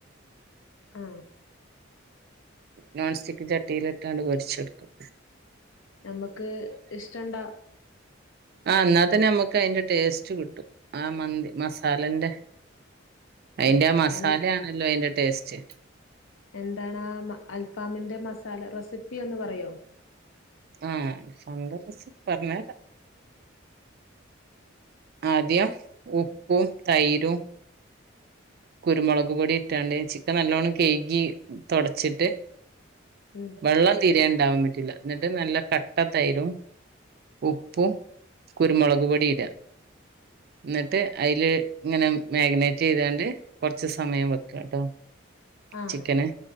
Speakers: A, on the left; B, on the right.
A: ആ.
B: നോൺ സ്റ്റിക്ക് ചട്ടിയിലിട്ടാണ്ട് പൊരിച്ചെടുക്കും.
A: നമ്മുക്ക് ഇഷ്ടണ്ടാ.
B: ആ ന്നാത്തന്നെ നമ്മുക്ക് അതിന്റെ ടേസ്റ്റ് കിട്ടും ആ മന്തി മസാലന്റെ. അയിന്റെ
A: ഉം
B: ആ മസാലയാണല്ലോ
A: എൻ
B: അയിന്റെ ടേസ്റ്റ്.
A: എന്താണ് ആ മ അൽഫാമിന്റെ മസാല റെസിപ്പി എന്ന് പറയോ.
B: ആ മസാലന്റെ റെസിപി പറ പറഞ്ഞേര. ആദ്യം ഉപ്പും തൈരും കുരുമുളക് പൊടി ഇട്ടാണ്ട് ചിക്കൻ നല്ലോണം കേക്കി തുടച്ചിട്ട്
A: ഉം
B: വെള്ളം തീരൻണ്ടാവാൻ പറ്റില്ല എന്നിട്ട് നല്ല കട്ടതൈരും ഉപ്പും കുരുമുളക് പൊടിയിട. ന്നിട്ട് അതില് ഇങ്ങനെ മാഗിനേറ്റ് ചെയ്താണ്ട് കുറച്ച് സമയം വെക്കട്ടോ
A: ആഹ്
B: ചിക്കന്